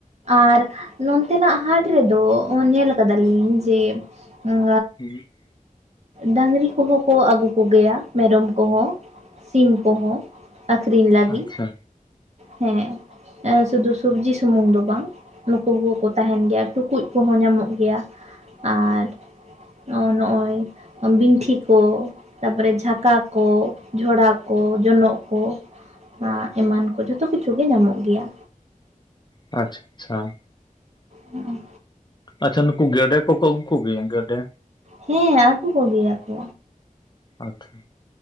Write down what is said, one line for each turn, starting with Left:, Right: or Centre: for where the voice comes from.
Right: ᱟᱨ ᱱᱚᱱᱛᱮᱱᱟᱜ ᱦᱟᱴ ᱨᱮᱫᱚ ᱧᱮᱞ ᱟᱠᱟᱫᱟᱞᱤᱧ ᱡᱮ ᱟᱸ
Left: <inaudible>
Right: ᱰᱟᱝᱨᱤ ᱠᱚᱦᱚᱸ ᱠᱚ ᱟᱹᱜᱩ ᱠᱚᱜᱮᱭᱟ ᱢᱮᱨᱚᱢ ᱠᱚᱦᱚᱸ᱾ ᱥᱤᱢ ᱠᱚᱦᱚᱸ ᱟᱠᱷᱨᱤᱧ ᱞᱟᱹᱜᱤ᱾
Left: ᱟᱪᱪᱷᱟ
Right: ᱦᱮᱸ ᱮᱸ ᱥᱩᱫᱩ ᱥᱚᱵᱽᱡᱤ ᱥᱩᱢᱩᱝ ᱫᱚ ᱵᱟᱝ᱾ ᱱᱩᱠᱩ ᱠᱚᱠᱚ ᱛᱟᱦᱮᱱ ᱜᱮᱭᱟ ᱴᱩᱠᱩᱡ ᱠᱚᱦᱚᱸ ᱧᱟᱢᱚᱜ ᱜᱮᱭᱟ ᱟᱨ ᱚ ᱱᱚᱜᱼᱚᱭ ᱵᱤᱱᱴᱷᱤ ᱠᱚ ᱛᱟᱯᱚᱨᱮ ᱡᱷᱟᱠᱟ ᱠᱚ ᱡᱷᱚᱲᱟ ᱠᱚ ᱡᱚᱱᱚᱜ ᱠᱚ ᱮᱸ ᱮᱢᱟᱱ ᱠᱚ ᱡᱷᱚᱛ ᱛᱚ ᱠᱤᱪᱷᱩ ᱜᱮ ᱧᱟᱢᱚᱜ ᱜᱮᱭᱟ᱾
Left: ᱟᱪᱪᱷᱟ ᱪᱷᱟ᱾
Right: ᱦᱩᱸ
Left: ᱟᱪᱪᱷᱟ ᱱᱩᱠᱩ ᱜᱮᱰᱮ ᱠᱚᱠᱚ ᱟᱹᱜᱩ ᱠᱚᱜᱮᱭᱟ ᱜᱮᱰᱮ?
Right: ᱦᱮᱸ ᱟᱜᱩ ᱠᱚᱜᱮᱭᱟᱠᱚ᱾
Left: ᱟᱪᱪᱷᱟ᱾